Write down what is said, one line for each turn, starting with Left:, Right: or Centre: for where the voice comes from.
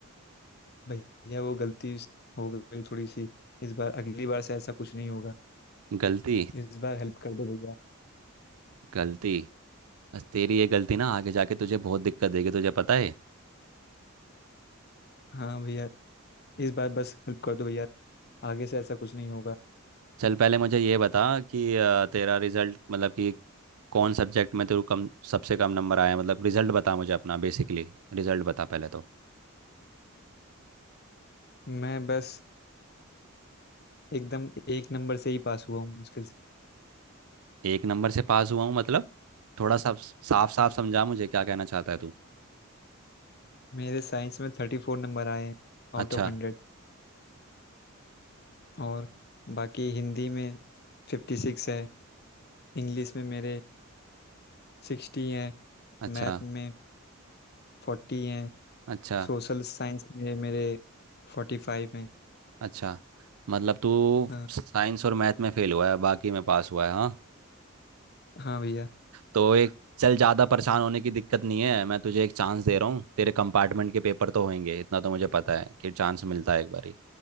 Left: भैया वो गलती हो गई थोड़ी सी इस बार अगली बार से ऐसा कुछ नहीं होगा
Right: गलती
Left: इस बार हेल्प कर दो भैया
Right: गलती बस तेरी ये गलती ना आगे जाके तुझे बहुत दिक्कत देगी तुझे पता है
Left: हाँ भैया इस बार बस हेल्प कर दो भैया आगे से ऐसा कुछ नहीं होगा
Right: चल पहले मुझे ये बता कि अ, तेरा रिजल्ट मतलब कि कौन सब्जेक्ट में तेरे को कम सबसे कम नंबर आया मतलब रिजल्ट बता मुझे अपना बेसिकली रिजल्ट बता पहले तो
Left: मैं बस एकदम एक नंबर से ही पास हुआ हूँ मुश्किल से
Right: एक नंबर से पास हुआ हूँ मतलब थोड़ा सा साफ साफ समझा मुझे क्या कहना चाहता है तू
Left: मेरे साइंस में थर्टी फोर नंबर आए हैं आउट
Right: अच्छा
Left: ऑफ हंड्रेड और बाकी हिंदी में फिफ्टी सिक्स है इंग्लिश में मेरे सिक्सटी हैं
Right: अच्छा
Left: मैथ में फोर्टी हैं
Right: अच्छा
Left: सोशल साइंस में मेरे फोर्टी फाइव हैं
Right: अच्छा मतलब तू
Left: हाँ
Right: साइंस और मैथ में फेल हुआ है बाकी में पास हुआ है हाँ
Left: हाँ भैया
Right: तो एक चल ज़्यादा परेशान होने की दिक्कत नहीं है मैं तुझे एक चांस दे रहा हूँ तेरे कंपार्टमेंट के पेपर तो होंगे इतना तो मुझे पता है कि चांस मिलता है एक बार